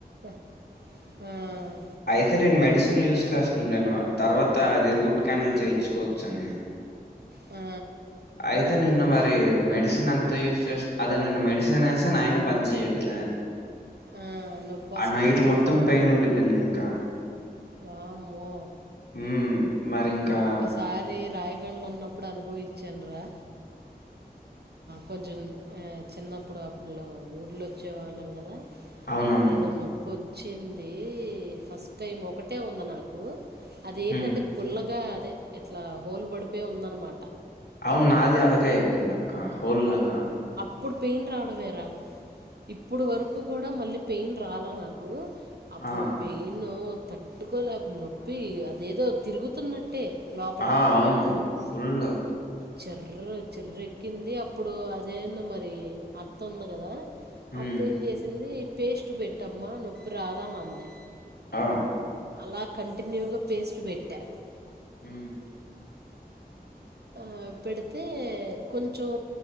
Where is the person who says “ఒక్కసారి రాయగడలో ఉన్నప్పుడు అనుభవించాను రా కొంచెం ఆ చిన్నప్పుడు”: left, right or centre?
Right